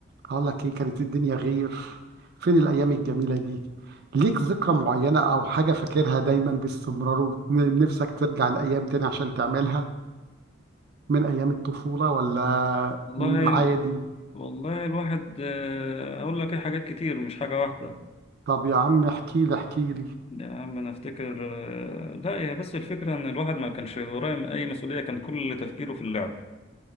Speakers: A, on the right; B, on the left.
A: هقول لك إيه كانت الدنيا غير فين الأيام الجميلة دي ليك ذكرى معينة أو حاجة فاكرها دايما باستمرار ونفسك ترجع الأيام تاني عشان تعملها من أيام الطفولة ولا
B: والله
A: مم، عادي
B: والله الواحد آه، اقول لك ايه حاجات كتير مش حاجة واحدة
A: طب يا عم احكي لي احكي لي
B: يا عم انا افتكر آه، لا هي بس الفكرة ان الواحد ما كانش وراه اي مسؤولية كان كل تفكيره في اللعب